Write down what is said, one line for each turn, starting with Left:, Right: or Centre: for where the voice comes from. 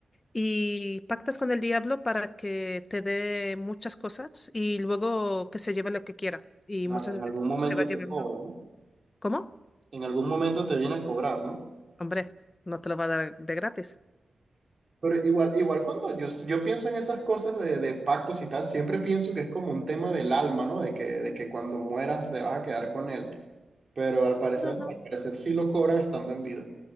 Left: Y pactas con el diablo para que te dé muchas cosas y luego que se lleve lo que quiera. Y
Right: Claro,
Left: muchas
Right: en algún
Left: veces
Right: momento
Left: pues, se va llevando.
Right: te cobra, ¿no?
Left: ¿Cómo?
Right: En algún momento te viene a cobrar, ¿no?
Left: Hombre, no te lo va a dar de gratis.
Right: Pero igual, igual cuando yo, yo pienso en esas cosas de, de pactos y tal, siempre pienso que es como un tema del alma, ¿no? De que, de que cuando mueras te vas a quedar con él. Pero al parecer,
Left: No, no,
Right: no,
Left: no.
Right: al parecer sí lo cobran estando en vida.